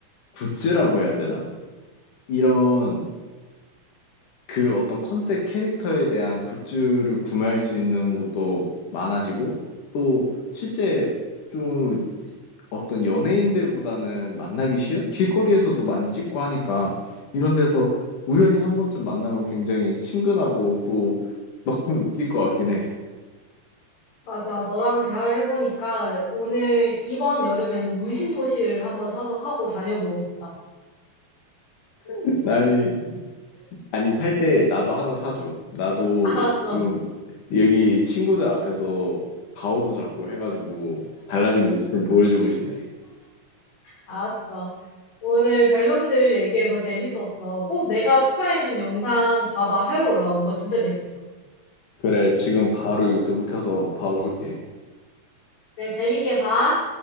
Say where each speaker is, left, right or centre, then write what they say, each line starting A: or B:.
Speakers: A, on the left; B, on the left.
A: 굿즈라고 해야 되나? 이런 그 어떤 컨셉 캐릭터에 대한 굿즈를 구매할 수 있는 곳도 많아지고 또 실제 좀 어떤 연예인들보다는 만나기 쉬운 길거리에서도 많이 찍고 하니까 이런 데서 우연히 한 번쯤 만나면 굉장히 친근하고 또 너무 웃길 것 같긴 해.
B: 맞아. 너랑 대화를 해보니까 오늘 이번 여름에는 물심토시를 한번 사서 하고 다녀보고 싶다.
A: <laughs> 아니, 아니 살 때 나도 하나 사줘. 나도
B: <laughs> 알았어.
A: 좀 여기 친구들 앞에서 가오도 잡고 해가지고 달라진 모습 좀 보여주고 싶네.
B: 알았어. 오늘 별놈들 얘기해서 재밌었어. 꼭 내가 추천해준 영상 봐봐. 새로 올라온 거 진짜 재밌어.
A: 그래, 지금 바로 유튜브 켜서 봐볼게.
B: 그래, 재밌게 봐.